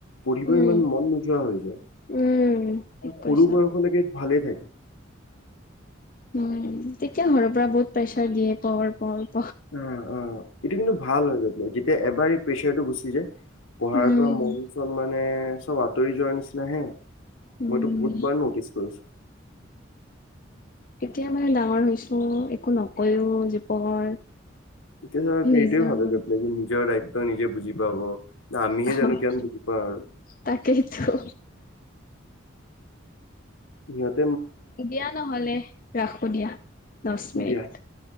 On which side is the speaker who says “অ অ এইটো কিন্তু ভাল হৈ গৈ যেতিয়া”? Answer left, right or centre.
Left